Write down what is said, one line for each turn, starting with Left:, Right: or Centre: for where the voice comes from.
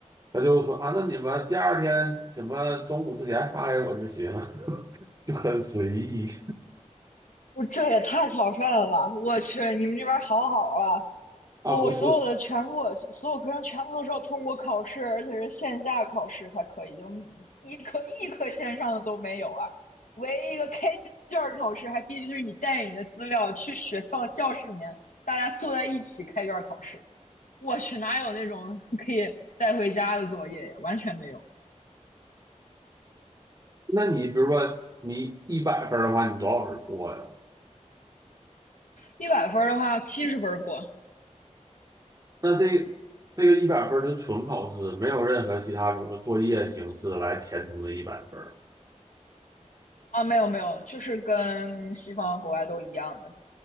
Right: 他就说啊，那你们第二天什么中午之前发给我就行，<laughs> 就很随意
Left: 我这也太草率了吧！我去，你们这边儿好好啊！
Right: <laughs> 啊，
Left: 我我所有的全部，
Right: 不是？
Left: 所有课程全部都是要通过考试，而且是线下考试才可以，就一科一科线上的都没有啊！唯一一个开卷儿考试，还必须是你带着你的资料去学校教室里面，大家坐在一起开卷儿考试。我去，哪有那种 <laughs> 带回家的作业呀？完全没有。
Right: 那你比如说你一百分儿的话，你多少分儿过呀？
Left: 一百分儿的话，七十分儿过，
Right: 那这这个一百分儿就纯考试，没有任何其他，比如说作业形式来填充这一百分儿。
Left: 啊，没有没有，就是跟西方国外都一样的，